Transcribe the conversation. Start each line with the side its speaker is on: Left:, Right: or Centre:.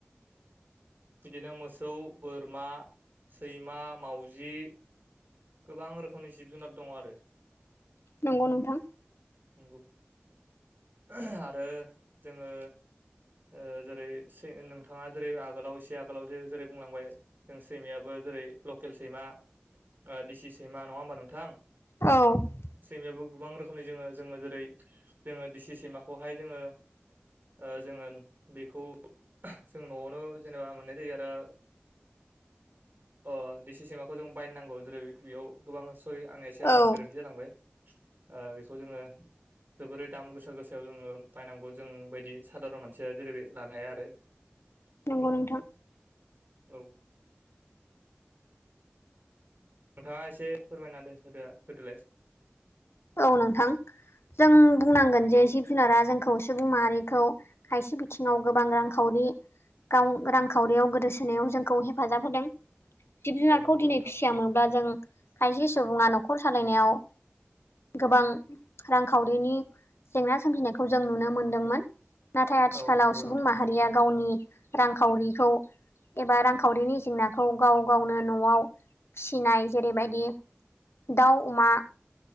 Right: बिदिनो मोसौ, बोरमा, सैमा मावजि गोबां रोखोमनि जिब जुनार दङ आरो
Left: नंगौ नोंथां
Right: नोंगौ <unintelligible> आरो जोङो ओ जेरै से नोंथाङा जेरै आगोलाव एसे आगोलाव जे-जेरै बुंलांबाय जों सैमायाबो जेरै लकेल सैमा ओ डिसि सैमा नङा होमबा नोंथां
Left: औ
Right: सैमायावो गोबां रोखोमनि जोङो जोङो जेरै जोङो डिसि सैमाखौहाय जोङो ओ जोङो बेखौ जों न'आवनो जेनेबा मोननाय जायो आरो अ डिसि सैमाखौ जों बायनो नांगौ जेरै बेयाव गोबां सरि आंनिया एसे
Left: औ
Right: गोरोन्थि जालांबाय ओ बेखौ जोङो जोबोरै दाम गोसा गोसायाव जोङो बायनांगौ जों बायदि साधारन मानसिया जेरैबाय लानो हाया आरो बेखौ
Left: नंगौ नोंथां
Right: औ नोंथाङा एसे फोरमायनानै होदो होदोलाय
Left: औ नोंथां जों बुंनांगोन जे जिब जुनारा जोंखौ सुबुं माहारिखौ खायसे बिथिङाव गोबां रांखावरि गाव रांखावरियाव गोदोसोनायाव जोंखौ हेफाजाब होदों जिब जुनारखौ
Right: औ नंगौ
Left: दिनै
Right: नोंथां
Left: फिसियामोनब्ला जों खायसे सुबुङा नखर सालायनायाव गोबां रांखावरिनि जेंना सोमजिनायखौ जों नुनो मोनदोंमोन नाथाय आथिखालाव
Right: औ नंगौ
Left: सुबुं
Right: नोंथां
Left: माहारिया गावनि रांखावरिखौ एबा रांखावरिनि जेंनाखौ गाव गावनो न'आव फिसिनाय जेरैबायदि दाउ अमा